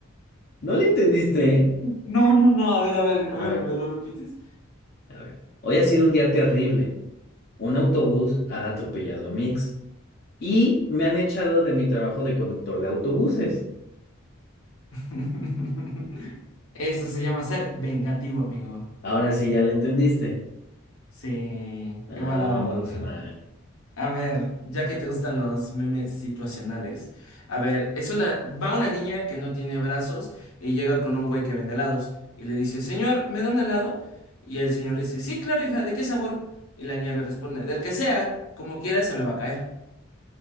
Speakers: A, on the left; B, on the left.
A: ¿No le entendiste, eh?
B: No, no, no, a ver, a ver, a
A: A
B: ver,
A: ver,
B: ¿me lo repites?
A: a ver. Hoy ha sido un día terrible. Un autobús ha atropellado a mi ex y me han echado de mi trabajo de conductor de autobuses.
B: <laughs> Eso se llama ser vengativo, amigo.
A: Ahora sí ya le entendiste.
B: Sí,
A: Ah,
B: qué mala
A: menos
B: onda.
A: mal.
B: A ver, ya que te gustan los memes situacionales. A ver, es una, va una niña que no tiene brazos y llega con un güey que vende helados y le dice, señor, ¿me da un helado? Y el señor le dice, sí, claro, hija, ¿de qué sabor? Y la niña le responde, del que sea, como quiera, se me va a caer.